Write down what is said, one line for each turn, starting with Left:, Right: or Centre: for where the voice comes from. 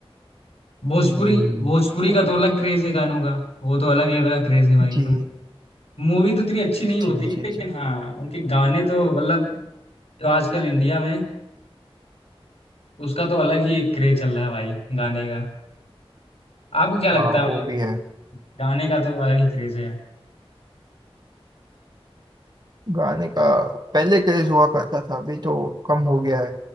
Left: भोजपुरी
Right: हम्म
Left: भोजपुरी
Right: अभी
Left: का तो अलग क्रेज है गानों का वो तो अलग लेवल का क्रेज है भाई
Right: जी
Left: मूवी तो इतनी अच्छी नहीं
Right: जी
Left: होती है,
Right: जी
Left: लेकिन
Right: जी
Left: हाँ उनके गाने तो मतलब जो आजकल इंडिया में उसका तो अलग ही एक क्रेज चल रहा है भाई गाने का आपको क्या लगता
Right: हाँ
Left: है मतलब
Right: वो भी है
Left: गाने का तो अलग ही क्रेज है यार
Right: गाने का पहले क्रेज हुआ करता था अभी तो कम हो गया है